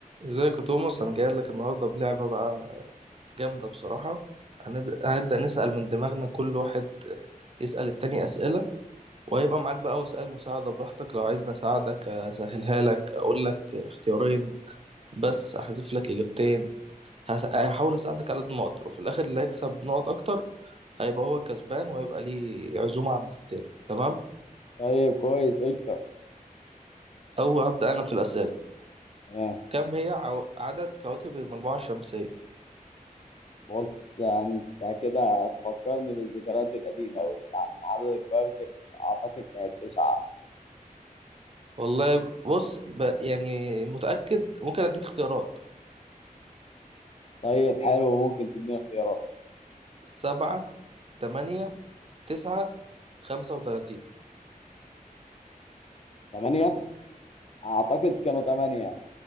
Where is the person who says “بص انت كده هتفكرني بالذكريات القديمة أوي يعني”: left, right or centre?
Left